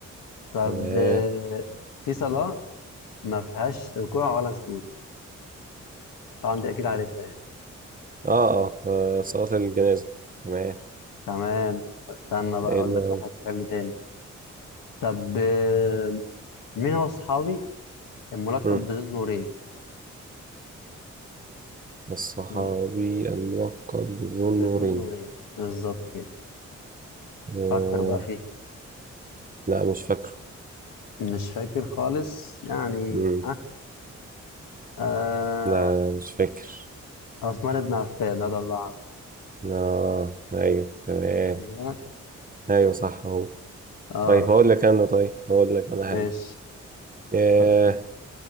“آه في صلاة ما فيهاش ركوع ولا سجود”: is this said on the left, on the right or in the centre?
Left